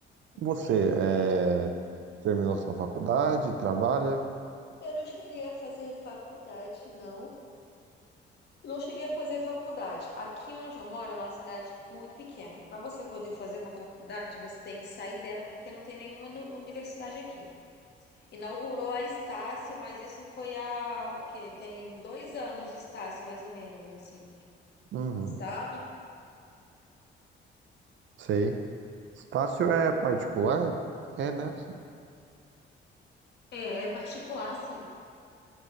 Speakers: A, on the left; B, on the right.
A: Entendi.
B: Você é, terminou sua faculdade, trabalha?
A: Eu não cheguei a fazer faculdade, não. Não cheguei a fazer faculdade. Aqui onde eu moro é uma cidade muito pequena. Para você poder fazer uma faculdade, você tem que sair dela porque não tem nenhuma nu- universidade aqui. Inaugurou a Estácio, mas isso foi há o quê? Tem dois anos de Estácio, mais ou menos, assim,
B: Uhum,
A: sabe?
B: sei. Estácio é particular? É, né?
A: É, é particular, sim.